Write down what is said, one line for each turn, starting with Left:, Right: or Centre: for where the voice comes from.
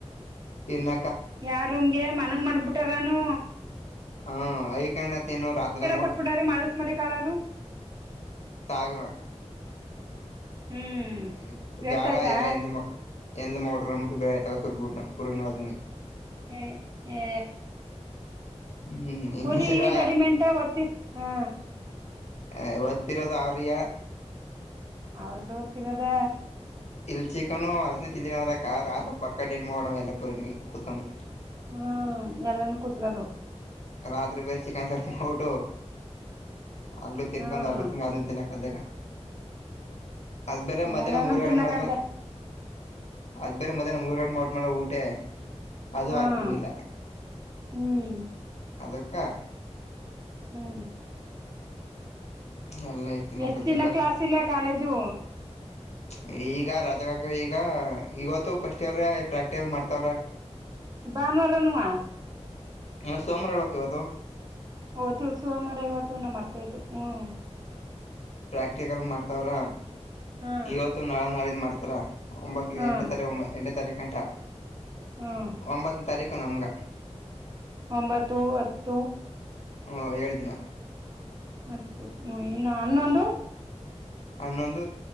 Left: ಇನ್ನ
Right: ಯಾರ ರೂಮ್ಗೆ ಮನಂಗ ಮಡಬಿಟ್ಟಾರಾನು
Left: ಹಾ ತಿನು ರಾತ್ ನಂಗಟ್ಟ
Right: ಕೊಟ್ಬಿಟಾರ ಮಳಸ್ ಮಾಡಿ ಕಳಾರು
Left: ಸಾಗು
Right: ಹ್ಮ್
Left: ಹ್ಮ
Right: ವೇಸ್ಟ್
Left: ಬ್ಯಾಡ
Right: ಆಯ್ತಾ
Left: ಎಲ್ಲಾ ಎ ಎಂದ ಮೋಟ್ರರ ಅ್ಿಟ್ಟ ಬಳ ಎ ತಗೋ್ಬಡ್ಬ ಬಿು ಪೂರ್ಣವ್ನಿ
Right: ಹ್ಮ ಹ್ಮ
Left: ಹ್ಮ್ ಈ
Right: ಪುರಿ
Left: ಸರ
Right: ರೆಡಿಮೆಂಟ ತ್ತೀರ್ ಹಾ
Left: ಹ ಒತ್ತರದ ಅವರಿಯ
Right: ಅವ್ರಗ ಗೊತ್ತಿಲ್ಲದ
Left: ಇಲ್ಲಿ ಚಿಕಕ್ಕನು ಅಲಸನೆ ತಿಿಂದಿರ ಅಂದ್ರ ಕಾರ್ ಅ ಪಕ್ಕ ಡೈಲ್ ಮಾಡ ಎಲ್ಲಪೂರಿ ಕುತ್ಕೊಂಡು
Right: ಹ್ಮ್ ಎಲ್ಲಾನೂ ಕೂತ್ಕದು
Left: ರಾತ್ರಿ ಬೇರೆ ಚಿಕನ್ ಸರ್ಕ ಟು ಹಳ್ಳು ತಿನ್ಕೊಂಡ
Right: ಹ್ಮ್
Left: ಹಲ್ಲು ತಿನ್ ಅದನ್ ತಿನ್ಕ ಅದಕ್ಕ ಅದ್ ಬೇರೆ ಮಧ್ಯಾಹ್ನ
Right: ಎಲ್ಲಾನು
Left: ಮೂರ್ಗಡೆ
Right: ತಿನ್ನಕದ್ದ
Left: ಮಾಡ್ಮ ಅದ್ ಬೇ ಮದನ ಮು ಮೂರುಗಟ್ಟ ಮ ಮಾಡ ಮೇಲೆ ಊಟೆ ಅದು
Right: ಹ್ಮ್
Left: ಆಕನಿಲ್ಲ
Right: ಹ್ಮ್
Left: ಅದೊಕ್ಕಾ
Right: ಹ್ಮ್
Left: ಎಲ್ಲ ಇಷ್ಟ ತಿನ್ನಕದಕ್ಕ
Right: ಎಷ್ಟ ದಿನ ಕ್ಲಾಸ್ ಇಲ್ಲ ಕಾಲೇಜು
Left: ಅ ಈಗ ರಾಕಕ ಈಗ ಇವತ್ತು ಫಸ್ಟ್ ಇಯರ್ ಪ್ರಾಕ್ಟಿಕಲ್ ಮಾಡ್ತಾವ್ರ
Right: ಬಾನುವರನ್ನು
Left: ಹ ಸಮಾಮರಳೋ ಕವತ
Right: ಓ ತು ಸು ಅಮರ ಇವತ್ತು ನ ಮರ್ತಯ್ತು ಹ್ಮ್
Left: ಪ್ರಾಕ್ಟಿಕಲ್ ಮಾಡ್ತವ್ರ
Right: ಹ್ಮ್
Left: ಇವತ್ತು ನಾಳ ನಾಳಿದ್ ಮಾಡ್ತಾರ ಒಂಬತ್ತ
Right: ಹ್ಮ್
Left: ಎಂಟನೇ ತಾರೀಕು ಒ ಎಂಟನೇ ತಾರೀಕುಂಟ
Right: ಹ್ಮ್
Left: ಒಂಬತ್ತನೇ ತಾರೀಕು ಇ ನಮ್ಗ
Right: ಒಂಬತ್ತು ಹತ್ತು
Left: ಹ ಏಳ್ ದಿನ
Right: ಮತ್ತ ಇಏನು ಅನ್ನೊದು
Left: ಅನ್ನೊಂದ